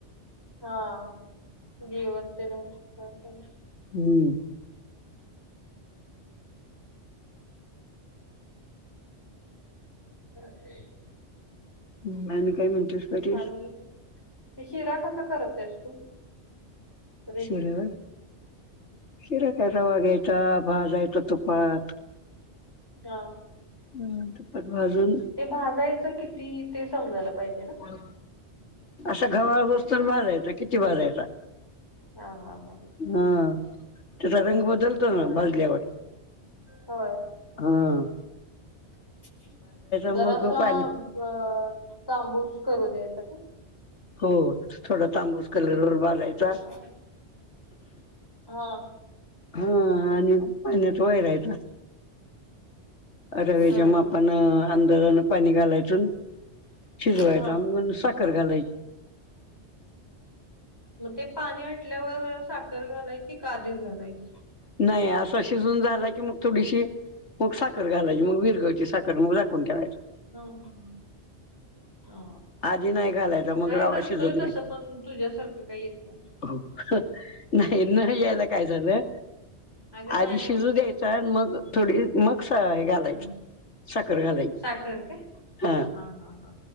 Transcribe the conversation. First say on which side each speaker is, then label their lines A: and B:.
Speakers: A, on the left; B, on the left.
A: हा. जेवण तेन असतय त्यांना.
B: ह, ह.
A: <unintelligible>
B: ह, आणि काय, म्हणतेस? परेश
A: आणि, ते शिरा कसा, करतेस तू? रेसिपी
B: शिरा होय. शिरा काय रवा घ्यायचा, भाजायचा तुपात.
A: हा.
B: हं, तुपात भाजुन
A: ते भाजायचं किती? ते समजायला पाहिजे ना.
B: ह. असा गव्हाळ होईस्तोर भाजायचा. किती भाजायचा?
A: हा हा हा
B: हा. त्याचा
A: बरं.
B: रंग बदलतो ना,
A: आणि
B: भाजल्यावर.
A: होय.
B: ह.
A: <inaudible>
B: मग
A: जरासा,
B: पाणी
A: ब अ तांबूस करू द्यायचा का?
B: हो, थोडा तांबूस कलरवर भाजायचा
A: हा हा.
B: हा आणि पाण्यात वैरायचा. रव्याच्या
A: हम्म
B: मापान, अंदाजाने पाणी घालायच न. शिजवायचा.
A: हा
B: म न साख खर घालायची.
A: मग ते पाणी आटल्यावर, साखर घालायची का, आधीच घालायची?
B: नाही, असा शिजून झाला की, मग थोडीशी मग साखर घालायची. मग विरगळती साखर. मग झाकून ठेवायचा.
A: ह, ह. हा.
B: आधी नाही घालायचा. मग
A: काय
B: रवा
A: करतोय
B: शिजत नाही.
A: तसं पण तुझ्यासारखं काही येत नाही
B: हो. हं. नाही न यायला काय झालं?
A: अगं
B: आधी
A: नाही
B: शिजू
A: होत
B: द्याय च मग थोडी मग स आहे घालायच,
A: हा.
B: साखर घालायच
A: साखर काय
B: हा
A: हा हा हा